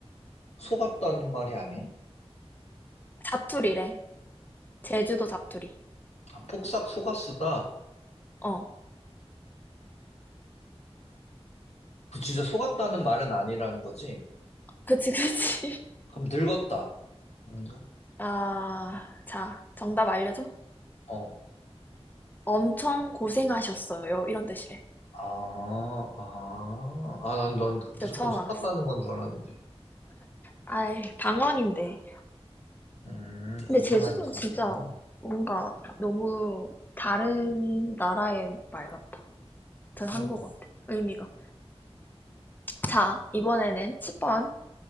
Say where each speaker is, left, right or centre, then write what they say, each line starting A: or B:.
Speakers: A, on the left (about 85°); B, on the left (about 15°).
A: 속았다는 말이 아니에요?
B: 사투리래. 제주도 사투리.
A: 아, 폭삭 속았수다.
B: 어.
A: 그 진짜 속았다는 말은 아니라는 거지.
B: 그치, 그치.
A: 그럼 늙었다. 아닌가?
B: <laughs> 아, 자, 정답 알려줘.
A: 어.
B: 엄청 고생하셨어요. 이런 뜻이래.
A: 아, 아. 아, 난, 난 무조건
B: 진짜 처음
A: 속았다는
B: 알았어.
A: 건 줄 알았는데.
B: 아이, 방언인데.
A: 음,
B: 근데
A: 고생하셨습니다구나.
B: 제주도는 진짜 뭔가 너무 다른 나라의 말 같아. 같은
A: 그니까.
B: 한국어 같아. 의미가. 자, 이번에는 1번